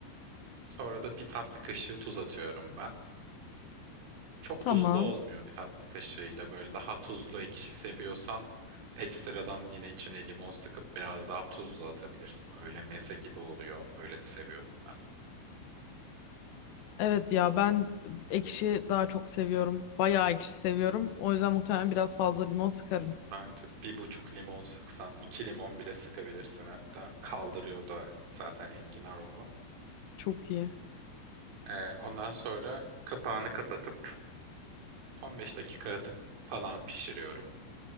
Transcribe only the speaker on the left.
Tamam.
Evet ya ben ekşi daha çok seviyorum. Bayağı ekşi seviyorum. O yüzden muhtemelen biraz fazla limon sıkarım.
Çok iyi.